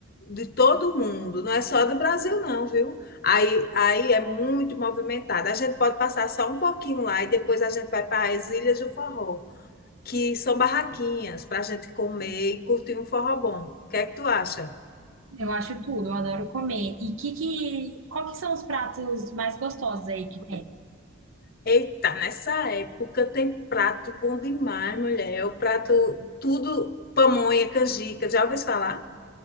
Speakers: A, on the left; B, on the right.
A: De todo mundo, não é só do Brasil, não, viu? Aí, aí é muito movimentado. A gente pode passar só um pouquinho lá e depois a gente vai para as Ilhas do Forró, que são barraquinhas para a gente comer e curtir um forró bom. O que é que tu acha?
B: Eu acho tudo, eu adoro comer. E que que, qual que são os pratos mais gostosos aí que tem?
A: Eita, nessa época tem prato bom demais, mulher. É O prato, tudo, pamonha, canjica. Já ouviu falar?